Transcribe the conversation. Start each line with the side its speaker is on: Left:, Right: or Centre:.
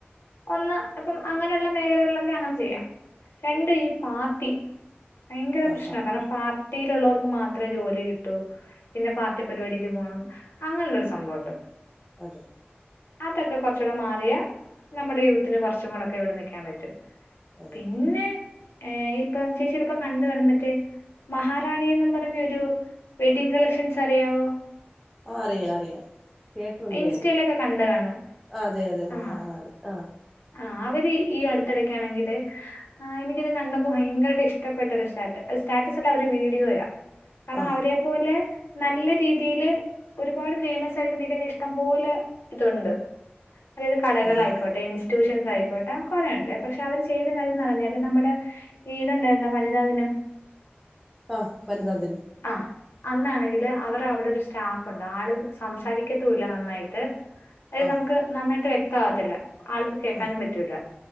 Left: ഒന്ന് ഇപ്പം അങ്ങനെള്ള മേഖലകളിലൊക്കെ അങ്ങനെ ചെയ്യാം രണ്ട് ഈ പാർട്ടി ഭയങ്കര
Centre: ആ
Left: പ്രശ്ന
Centre: പാർട്ടി
Left: കാരണം പാർട്ടിയിലുള്ളവർക്ക് മാത്രമേ ജോലി കിട്ടൂ പിന്നെ പാർട്ടി പരിപാടിക്ക് പോണം അങ്ങനെള്ളൊരു സംഭവമുണ്ട്
Centre: അതെ
Left: അതൊക്കെ കുറച്ചൂടെ മാറിയാ നമ്മുടെ യൂത്തിന് കുറച്ചും കൂടൊക്കെ ഇവിടെ നിക്കാൻ പറ്റും
Centre: അതെ
Left: പിന്നെ ഏഹ് ഇപ്പം ചേച്ചി ചെലപ്പം കണ്ട് കാണും മറ്റേ മഹാറാണി എന്നും പറഞ്ഞൊരു വെഡ്ഡിങ്ങ് കളക്ഷൻസ് അറിയാവോ
Centre: ആഹ് അറിയാം അറിയാം കേട്ടിട്ടുണ്ട്
Left: ഇൻസ്റ്റയിലൊക്കെ
Centre: ഞാന്
Left: കണ്ട് കാണും
Centre: അതെ അതെ മഹാറാണി
Left: ആഹ്
Centre: ആഹ്
Left: ആഹ് അവര് ഈ അടുത്തിടക്കാണെങ്കില് ആഹ് എനിക്കിത് കണ്ടപ്പോ ഭയങ്കരായിട്ട് ഇഷ്ടപ്പെട്ട ഒരു സ്റ്റാ സ്റ്റാറ്റസ് അല്ല ഒരു വീഡിയോയാ കാരണം
Centre: ആഹ്
Left: അവരെ പോലെ നല്ല രീതിയില് ഒരുപാട് ഫേമസ് ആയിട്ട് നിക്കുന്ന ഇഷ്ടംപോലെ ഇതുണ്ട് അതായത് കടകൾ
Centre: അതെ
Left: ആയിക്കോട്ടെ ഇ ട്യൂഷൻസ് ആയിക്കോട്ടെ കൊറേയുണ്ട് പക്ഷെ അവര് ചെയ്ത കാര്യംന്ന് പറഞ്ഞാല് നമ്മടെ ഈതുണ്ടായിരുന്നോ വനിതാ ദിനം
Centre: ആഹ് വനിതാ ദിനം
Left: ആഹ് അന്നാണെങ്കില് അവർ അവിടെ ഒരു സ്റ്റാഫുണ്ട് ആള് സംസാരിക്കത്തൂല്ല നന്നായിട്ട് അത്
Centre: ആഹ്
Left: നമുക്ക് നന്നായിട്ട് വ്യക്തം ആവത്തില്ല ആൾക്ക് കേക്കാനും
Centre: ആഹ്
Left: പറ്റൂല്ല